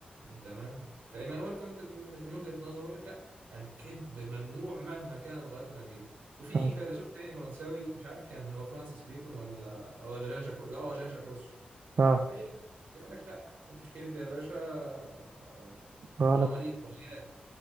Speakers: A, on the right; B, on the right.
A: تمام فايمانويل كانت م- من وجهه نظره يقول لك لا الكذب ممنوع مهما كانت غايته نبيله وفي
B: طب
A: فيلسوف تاني فرنساوي مش عارف كان هو فرانسيس بيكون ولا ولا جان جاك رو... اه جان جاك روسو
B: اه
A: ايه اللي قال لك لا الكذب يا باشا آه،
B: غلط
A: طالما ليه غاية